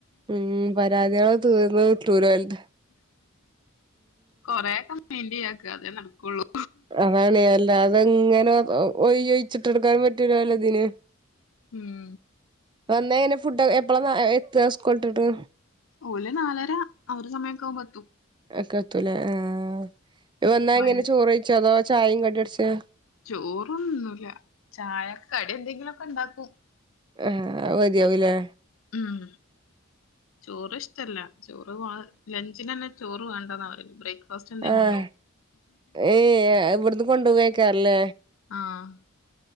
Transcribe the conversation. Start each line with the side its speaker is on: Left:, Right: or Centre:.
Right: ഉം പരാതികള് തീർന്ന് കിട്ടൂല ഓലത്
Left: കൊറേ ഒക്കെ മൈന്റെയ്യാക്കാ അതേ നടക്കുള്ളൂ
Right: അതാണ് അല്ലാതെങ്ങനെ ഒയ്യയ്യ് വെച്ചിട്ടെടുക്കാൻ പറ്റൂലാല്ലോതിന്
Left: ഉം
Right: വന്നേ അയിനു ഫുഡ് എപ്പളാ എത്തുവാ സ്കൂളിട്ടിട്ട്
Left: ഓല് നാലര ആഹ് ഒരു സമയൊക്ക ആവുമ്പോ എത്തും
Right: ഒക്കെത്തൂലേ ആഹ് വന്നാ
Left: വണ്ടി
Right: എങ്ങനെ ചോറ് കഴിച്ചോ അതോ ചായയും കടിയും അടിച്ചേ
Left: ചോറൊന്നുന്നുല്ല ചായക്ക്‌ കടിയെന്തെങ്കിലൊക്കെ ഉണ്ടാക്കും
Right: ആഹ് അത് മതിയാവുല്ലേ
Left: ഉം ചോറ് ഇഷ്ടല്ല ചോറ് വാ ലഞ്ചിനന്നെ ചോറ് വേണ്ടാന്നാ പറയല് ബ്രേക്ക് ഫാസ്റ്റെന്തേ
Right: ആഹ്
Left: കൊണ്ടോവും
Right: ഏഹ് ഇവിടുന്ന് കൊണ്ടുപോവേക്കാരല്ലേ
Left: ആഹ്